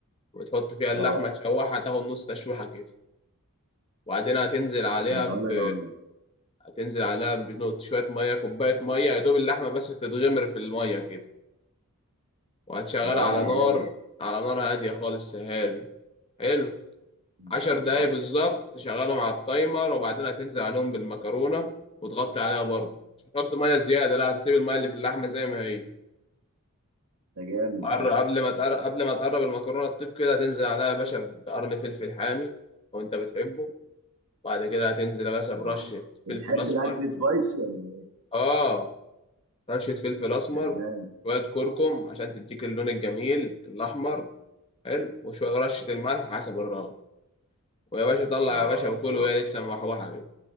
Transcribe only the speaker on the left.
وتحط فيها
اللحمة تشوحها تاخد نص تشويحة كده وبعدين هتنزل عليها
ب
هتنزل عليها بنقط شوية مية كوباية مية يا دوب اللحمة بس تتغمر في المية كده وهتشغلها
على
نار
على نار هادية خالص سهاري حلو عشر
دقايق بالظبط تشغلهم على التايمر وبعدين هتنزل عليهم بالمكرونة وتغطي عليها برضه مش هتحط مية زيادة لا هتسيب المية اللي في اللحمة زي ما هي
وقر-
قبل ما تقر- قبل ما تقرب المكرونة تطيب كده هتنزل عليها يا باشا بقرن فلفل حامي لو انت بتحبه بعد كده هتنزل يا باشا برشة
فلفل أسمر
آه رشة فلفل أسمر
شوية كركم عشان تديك اللون الجميل الأحمر حلو وشوية رشة الملح حسب الرغبة ويا باشا طلع
يا باشا وكل وهي
لسه محوحة كده